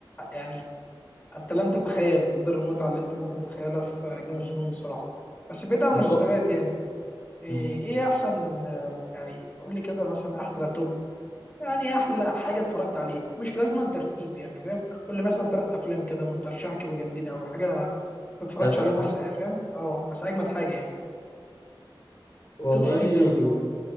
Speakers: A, on the left; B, on the left.
A: يعني أنت لم تتخيل مقدار المتعة اللي أنت ممكن تتخيلها في جيم اوف ثرونز الصراحة بس بعيد عن المسلسلات
B: بس هو
A: يعني إيه
B: مم.
A: إيه أحسن آه، يعني قول لي كده مثلا أحلى توب يعني أحلى حاجة اتفرجت عليها مش لازما ترتيب يعني فاهم قول لي مثلا تلات أفلام كده من ترشيحك يبقوا جامدين أوي حاجة ما تتفرجش
B: تلات
A: عليهم
B: افلام
A: أحسن يعني فاهم أه بس أجمد حاجة يعني
B: والله
A: توب 3 زي ما بيقولوا